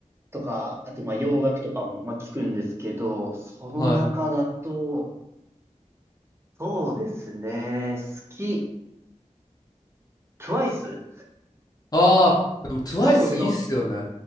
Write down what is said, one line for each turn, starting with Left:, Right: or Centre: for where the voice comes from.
Right: とか、あとまあ洋楽とかもまあ聞くんですけど、その中だと、
Left: はい。
Right: そうですね。好き。TWICE。
Left: ああ、でも TWICE
Right: 韓国の。
Left: いいっすよね。